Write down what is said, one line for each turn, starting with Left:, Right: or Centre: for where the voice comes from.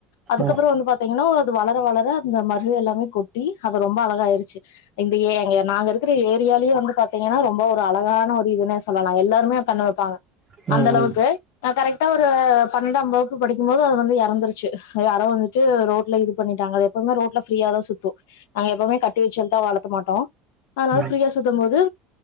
Left: அதுக்கப்பறோ
Right: ம் ம் ம்
Left: வந்து பாத்தீங்கன்னா அது வளர வளர அந்த மருகு எல்லாமே கொட்டி அது ரொம்ப அழகாயிருச்சு இந்த ஏ அங்க நாங்க இருக்கிற ஏரியாலேயே வந்து பாத்தீங்கன்னா ரொம்ப ஒரு அழகான ஒரு இதுன்னே சொல்லலா எல்லாருமே கண்ணு வப்பாங்க
Right: ம் ம்
Left: அந்த அளவுக்கு
Right: ம்
Left: நா கரெக்டா ஒரு பன்னெண்டாம் வகுப்பு படிக்கும் போது அது வந்து எறந்துருச்சு அது யாரோ வந்துட்டு ரோட்ல இது பண்ணிட்டாங்க அத எப்பவுமே ரோட்ல ஃபிரீயாதா சுத்து நாங்க எப்பவுமே கட்டி வச்சு <unintelligible> வளத்த மாட்டோ அதனால
Right: ம்
Left: ஃப்ரீயா
Right: ம்
Left: சுத்தும் போது